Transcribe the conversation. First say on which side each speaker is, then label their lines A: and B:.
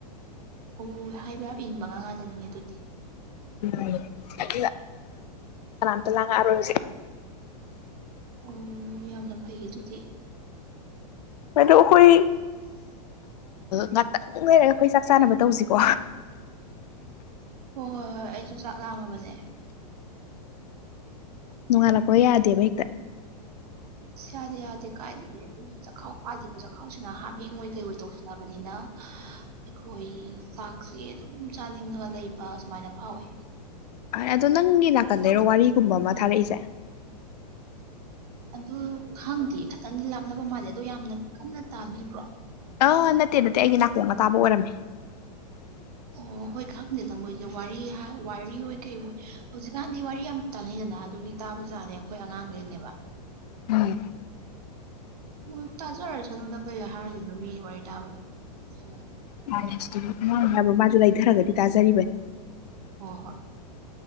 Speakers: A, on the right; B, on the left.
A: ꯑꯣ ꯍꯥꯏꯕ ꯌꯥꯝ ꯏꯟꯕ ꯑꯉꯥꯡ ꯉꯇꯅꯤꯅꯦ ꯑꯗꯨꯗꯤ
B: UNINTELLIGIBLE ꯀꯅꯥ ꯑꯃꯥꯇ ꯂꯉꯥꯛ ꯑꯔꯣꯏ
A: ꯑꯣ ꯌꯥꯝꯅ ꯐꯩꯌꯦ ꯑꯗꯨꯗꯤ
B: ꯑꯗꯣ ꯑꯩꯈꯣꯏ ꯉꯥꯛꯇꯪ ꯂꯩꯔꯒ ꯑꯩꯈꯣꯏ ꯆꯥꯛ ꯆꯥꯅꯕ ꯇꯧꯁꯤꯀꯣ
A: ꯍꯣꯏ ꯍꯣꯏ ꯍꯣꯏ ꯑꯩꯁꯨ ꯆꯥꯛ ꯂꯥꯝꯃꯕꯅꯦ
B: ꯅꯣꯡꯉꯥꯜꯂꯛꯄ ꯌꯥꯗꯦꯕ ꯍꯦꯛꯇ
A: ꯑꯁ ꯌꯥꯗꯦ ꯀꯥꯏꯗꯒꯤ ꯑꯩꯈꯣꯏꯒꯤ ꯆꯥꯛꯈꯥꯎ ꯄꯥꯗꯕ ꯆꯥꯛꯈꯥꯎꯁꯤꯅ ꯍꯥꯞꯃꯦꯡꯉꯣꯏ ꯀꯩ ꯑꯣꯏꯣꯏ ꯇꯧꯁꯤꯜꯂꯛꯑꯕꯅꯤꯅ ꯑꯩꯈꯣꯏ ꯆꯥꯛꯁꯦ ꯑꯗꯨꯝ ꯆꯥꯅꯤꯡꯉꯒ ꯂꯩꯕ ꯁꯨꯃꯥꯏꯅ ꯐꯥꯎꯋꯦ
B: ꯑꯗꯣ ꯅꯪꯒꯤ ꯅꯥꯀꯟꯗꯩꯔꯣ ꯋꯥꯔꯤꯒꯨꯝꯕ ꯑꯃ ꯊꯥꯔꯛꯏꯁꯦ
A: ꯑꯗꯨ ꯈꯪꯗꯦ ꯈꯤꯇꯪꯗꯤ ꯂꯥꯞꯅꯕ ꯃꯥꯜꯂꯦ ꯑꯗꯣ ꯌꯥꯝꯅ ꯀꯟꯅ ꯇꯥꯕꯤꯕ꯭ꯔꯣ
B: ꯑꯥ ꯅꯠꯇꯦ ꯅꯠꯇꯦ ꯑꯩꯒꯤ ꯅꯥꯀꯣꯡꯅ ꯇꯥꯕ ꯑꯣꯏꯔꯝꯃꯦ
A: ꯑꯣ ꯍꯣꯏ ꯈꯪꯗꯦꯗ ꯃꯣꯏꯖꯦ ꯋꯥꯔꯤ ꯍꯥꯏ ꯋꯥꯔꯤ ꯑꯣꯏ ꯀꯩ ꯑꯣꯏ ꯍꯧꯖꯤꯛꯀꯥꯟꯗꯤ ꯋꯥꯔꯤ ꯌꯥꯝ ꯇꯥꯅꯩꯗꯅ ꯑꯗꯨꯒꯤ ꯇꯥꯕ ꯖꯥꯠꯅꯤ ꯑꯩꯈꯣꯏ ꯑꯉꯥꯡꯒꯩꯅꯦꯕ
B: ꯎꯝ
A: ꯃꯣꯏ ꯇꯥꯖꯔ ꯁꯅꯣꯗ ꯀꯩ ꯍꯥꯏꯔꯨꯗꯣꯏꯅꯣ ꯃꯤ ꯋꯥꯔꯤ ꯇꯥꯕꯗꯨ ꯎꯝ
B: <unintelligible> ꯃꯣꯏ ꯍꯥꯏꯕ ꯃꯥꯖꯨ ꯂꯩꯊꯔꯒꯗꯤ ꯇꯥꯖꯔꯤꯕꯅꯤ
A: ꯍꯣ ꯍꯣꯏ